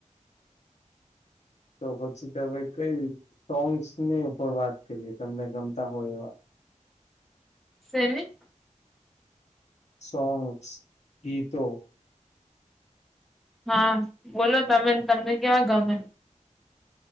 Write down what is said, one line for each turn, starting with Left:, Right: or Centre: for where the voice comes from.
Left: તો પછી ત હવે કઈ રીત સોંગ્સની ઉપર વાત કરીએ તમને ગમતા હોય એવા.
Centre: શેની?
Left: સોંગસ, ગીતો
Centre: હા બોલો તમે ને તમને કેવા ગમે?